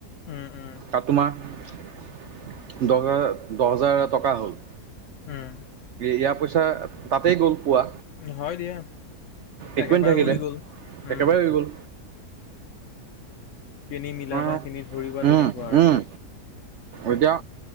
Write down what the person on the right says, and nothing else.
তাত তোমাৰ দহ হাৰ দহ হাজাৰ টকা হ'ল।
ইয়াৰ পইচা তাতেই গ'ল পোৱা।
একোৱেই
নাথাকিলে
একেবাৰে হৈ গ'ল।
অঁ
উম,
উম, এতিয়া